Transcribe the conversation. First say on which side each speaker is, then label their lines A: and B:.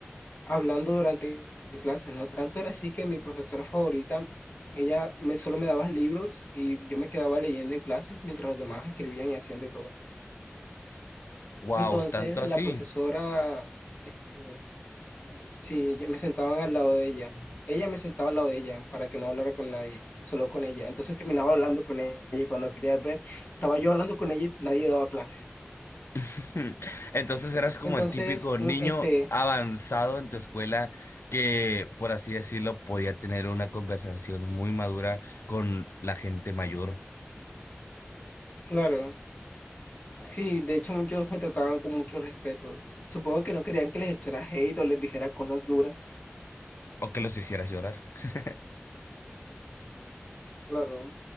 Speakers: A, on the left; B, on the left.
A: hablando durante clases, ¿no? Tanto era así que mi profesora favorita, ella me, solo me daba libros y yo me quedaba leyendo en clases mientras los demás escribían y hacían de todo.
B: Wow,
A: Entonces,
B: tanto así.
A: la profesora, eh, sí, yo me sentaban al lado de ella. Ella me sentaba al lado de ella para que no hablara con nadie, solo con ella. Entonces terminaba hablando con ella y cuando quería ver, estaba yo hablando con ella y nadie daba clases.
B: <laughs> Entonces eras como
A: Entonces,
B: el típico niño
A: un- este,
B: avanzado en tu escuela que, por así decirlo, podía tener una conversación muy madura con la gente mayor
A: claro, Sí, de hecho muchos me trataban con mucho respeto. Supongo que no querían que les echara hate o les dijera cosas duras.
B: o que los hicieras llorar. <laughs>
A: Claro.